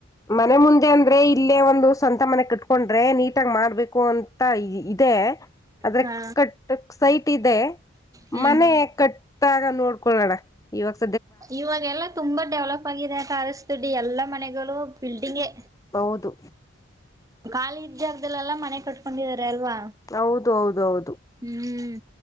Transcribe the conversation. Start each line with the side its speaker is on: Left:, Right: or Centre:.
Left: ಮನೆ ಮುಂದೆ ಅಂ ಅಂದ್ರೆ ಇಲ್ಲೇ ಒಂದು ಸ್ವಂತ ಮನೆ ಕಟ್ಕೊಂಡ್ರೆ ನೀಟಾಗ್ ಮಾಡ್ಬೇಕು ಅಂತ ಇದೆ. ಆದ್ರೆ
Right: ಹಾ.
Left: ಕಟ್ ಸೈಟ್ ಇದೆ
Right: ಹ್ಮ್
Left: ಮನೆ ಕಟ್ಟಾಗ ನೋಡ್ಕೊಳ್ಳೋಣ ಇವಾಗ್
Right: ಇವಾಗೆಲ್ಲಾ ತುಂಬಾ ಡೆವಲಪ್ ಆಗಿದೆ ತಾರಸ್ ದುಡ್ಡಿ ಎಲ್ಲಾ ಮನೆಗಳು ಬಿಲ್ಟಂಗ್ಗೆ
Left: ಹೌದು
Right: ಖಾಲಿ ಇದ್ದಾಗ್ದಲ್ಲೆಲ್ಲ ಮನೆ ಕಟ್ಕೊಂಡಿದಿದ್ದಾರೆ ಅಲ್ವಾ
Left: ಹೌದು ಹೌದೌದು
Right: ಹ್ಮ್